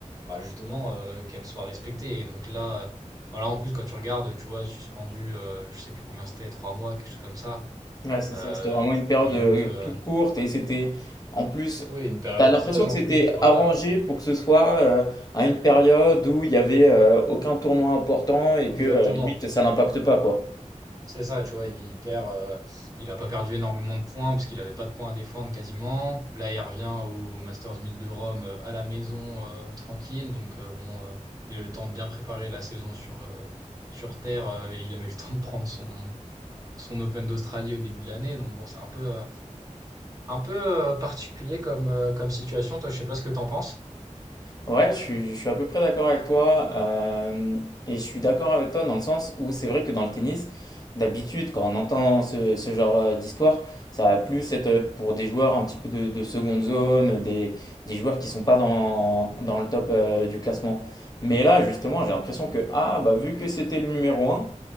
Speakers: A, on the right (about 30°); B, on the left (about 30°).
A: bah, justement euh, qu'elles soient respectées. Et donc là, euh, voilà, en plus, quand tu regardes, tu vois, suspendu, euh, je sais plus combien c'était, trois mois, quelque chose comme ça.
B: Ouais, c'est
A: Euh,
B: ça. C'était vraiment une période
A: il
B: euh,
A: loupe euh,
B: toute courte et c'était en plus,
A: oui, une période
B: tu as l'impression
A: creuse
B: que
A: en
B: c'était
A: plus, tu vois.
B: arrangé
A: euh,
B: pour que ce soit euh, à une période où il n'y avait euh, aucun tournoi important et
A: Exactement.
B: que euh, limite ça n'impacte pas quoi.
A: C'est ça, tu vois, il perd, euh, il a pas perdu énormément de points parce qu'il avait pas de points à défendre quasiment. Là, il revient au Masters 1000 de Rome euh, à la maison euh, tranquille, donc euh, bon, euh, il a eu le temps de bien préparer la saison sur euh, sur terre euh, et il a eu le <laughs> temps de prendre son son Open d'Australie au début de l'année, donc bon, c'est un peu euh, un peu euh, particulier comme euh, comme situation. Toi, je sais pas ce que t'en penses.
B: Ouais, je suis, je suis à peu près d'accord avec toi. euh, et je suis d'accord avec toi dans le sens où c'est vrai que dans le tennis, d'habitude, quand on entend ce, ce genre euh, d'histoire, ça va plus être euh, pour des joueurs un petit peu de, de seconde zone, des, des joueurs qui sont pas dans, dans le top euh, du classement. Mais là, justement, j'ai l'impression que, ah, bah, vu que c'était le numéro un,